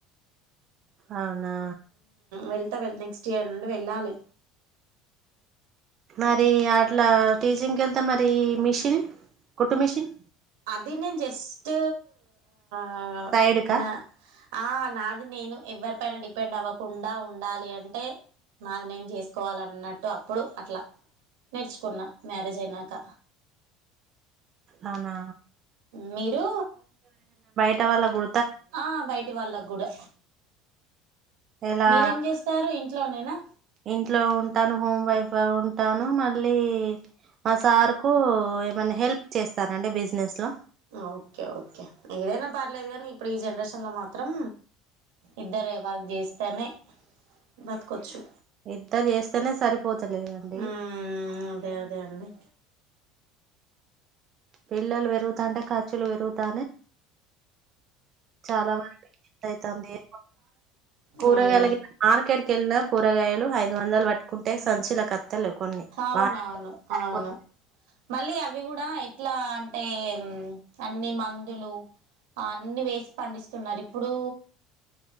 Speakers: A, on the right (about 45°); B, on the right (about 80°).
A: అవును అన్న
B: వెళ్తా నెక్స్ట్ ఇయర్ అడి వెళ్ళాళి
A: మరి అట్లా టీచింగ్ వెళ్తే మరి మిషిన్ కొట్టు మిషిన్
B: అదే నేను జస్ట్ అ
A: సైడ్కా
B: న ఆ నాది నేను ఎవ్వరి పన డిపెండ్ అవ్వకుండా ఉండాలి అంటే నాది నేను చేసుకోవాలన్నట్టు అప్పుడు అట్లా నేర్చుకున్నా మ్యారేజ్ అయినాక
A: అవునా
B: మీరు
A: వాళ్ గ గు
B: ఆ బయటి వాళ్ళకి కూడా
A: ఇలా
B: మీరేం చేస్తారు ఇంట్లోనేనా
A: ఇంట్లో ఉంటాను హోమ్ వైఫ్ ఉ ఉంటాను మళ్ళీ మా సార్ కు ఏమన్నా హెల్ప్ చేస్తానండి బిజినెస్ లో
B: ఓకే ఓకే ఏదైనా పర్లేేదు కానీ ఇప్పుడు ఈ జనరేషన్లో మాత్రం ఇద్దర వారు చేస్తేనే బతకవచ్చు
A: ఇద్దరు చేస్తేనే సరిపోతలేదండి
B: మ్మ్ అదే అదే అండి
A: పిల్లలు పెరుగుతాంటే క ులు పెరుగుతా చాలా వరకు అవుతుంది కూరగాయల
B: మ్మ్
A: మార్కెట్కి వెళ్ళినా కూరగాయలు ఐదు వందలు పట్ కొ టక్ సం అన్సి లేక లే కొన్ని
B: అవునవును
A: వా
B: అవును
A: సపోతు
B: మళ్ళీ అవి కూడా ఎట్లా అంటే అన్నిీ మందులు అన్నిీ వేసి పండిస్తున్నారు ఇప్పుడు